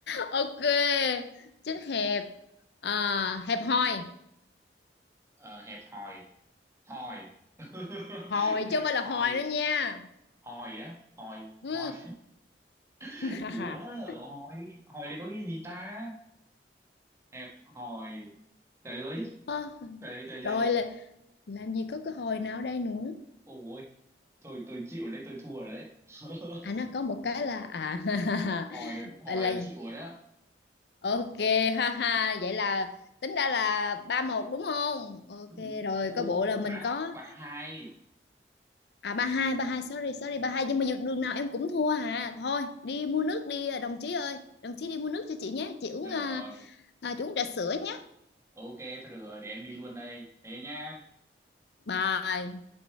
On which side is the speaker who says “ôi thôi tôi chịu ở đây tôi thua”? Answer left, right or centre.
Right